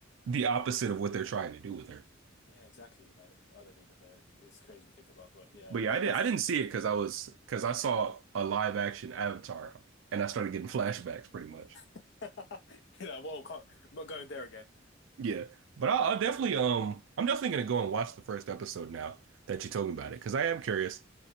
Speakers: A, on the right (about 70°); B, on the left (about 60°).
A: the opposite of what they're trying to do with her.
B: Yeah, exactly. Like I don't even know. It's crazy to think about, but yeah,
A: But yeah,
B: that
A: I did.
B: that's
A: I didn't see it because I was because I saw a live action Avatar and I started getting <laughs> flashbacks pretty much.
B: <laughs> you know, well, can't, I'm not going there again.
A: Yeah, but I'll, I'll definitely um I'm definitely gonna go and watch the first episode now that you told me about it because I am curious